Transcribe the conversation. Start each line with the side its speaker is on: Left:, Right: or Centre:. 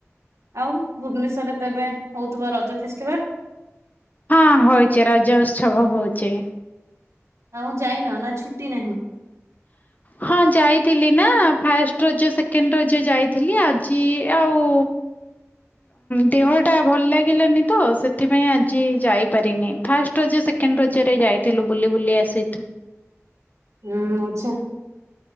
Right: ଆଉ ଭୁବନେଶ୍ୱରରେ ତ ଏବେ ହଉଥିବ ରଜ ଫେଷ୍ଟିଭାଲ୍।
Left: ହଁ ହଉଚି ରଜ ଉତ୍ସବ ହଉଚି।
Right: ନା ଆଉ ଯାଇନ ନା ଛୁଟି ନାହିଁ।
Left: ହଁ ଯାଇଥିଲି ନା ଫାଷ୍ଟ ରଜ ସେକେଣ୍ଡ ରଜ ଯାଇଥିଲି ଆଜି ଆଉ ଦେହଟା ଭଲ ଲାଗିଲାନି ତ ସେଥିପାଇଁ ଆଜି ଯାଇପାରିନି ଫାଷ୍ଟ ରଜ ସେକେଣ୍ଡ ରଜରେ ଯାଇଥିଲୁ ବୁଲି ବୁଲି ଆସି
Right: ହଁ ଆଚ୍ଛା